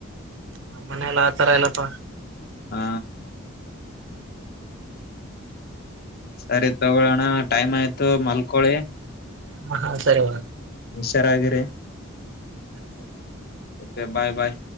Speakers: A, on the right (about 65°); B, on the left (about 45°).
A: ನಮ್ಮ ಮನೆಯಲ್ಲ ಆ ತರ ಇಲ್ಲಪ್ಪಾ
B: ಹಾ ಸರಿ ತಗೋಳೋಣ ಟೈಮ್ ಆಯ್ತು ಮಲ್ಕೋಳಿ
A: ಹಾ ಹಾ ಸರಿ
B: ಚರಾಗಿರಿ
A: ಸರಿ ಸರಿ
B: ಓಕೆ ಬಾಯ್ ಬಾಯ್